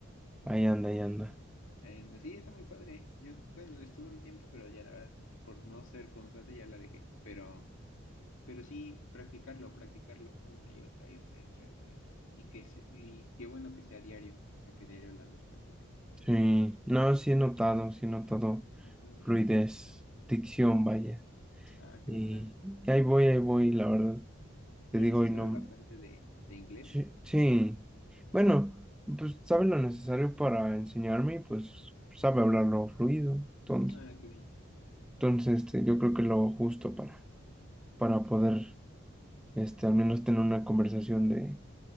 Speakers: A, in the centre; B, on the left (about 80°).
A: Ahí anda, ahí anda.
B: And, sí, está muy padre. Yo, bueno, estuve un tiempo, pero ya la verdad, por no ser constante, ya la dejé. Pero, pero sí, practicarlo, practicarlo una y otra y otra y otra y otra y otra vez. Y que se- y qué bueno que sea diario, o sea, que diario lo andes practicando.
A: Sí, no, sí he notado, sí he notado
B: Ujú.
A: fluidez, dicción, vaya.
B: Ah, qué
A: Y,
B: locura.
A: y ahí voy, ahí voy, la verdad. Te
B: Y
A: digo,
B: él sí
A: y
B: sabe
A: no.
B: bastante de, de inglés.
A: Sí, sí. Bueno, pues sabe lo necesario para enseñarme y pues sabe hablarlo fluido. Entonces,
B: Ah, qué bien.
A: entonces este, yo creo que lo justo para, para poder este, al menos tener una conversación de,